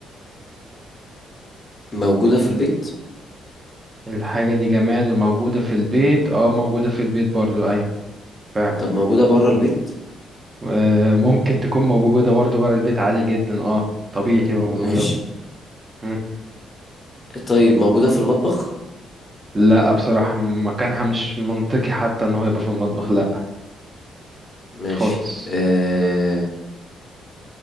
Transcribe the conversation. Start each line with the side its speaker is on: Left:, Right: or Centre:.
Left: موجودة في البيت
Right: الحاجة دي جماد وموجودة في البيت اه موجودة في البيت برضو ايوه فعلا
Left: طب موجودة برا البيت
Right: آه ممكن تكون موجودة برضو برا البيت عادي جدا اه طبيعي تبقى موجودة
Left: ماشي
Right: مم.
Left: طيب موجودة في المطبخ
Right: لا بصراحة مكانها مش منطقي حتى ان هو يبقى في المطبخ لا
Left: ماشي
Right: خالص
Left: آه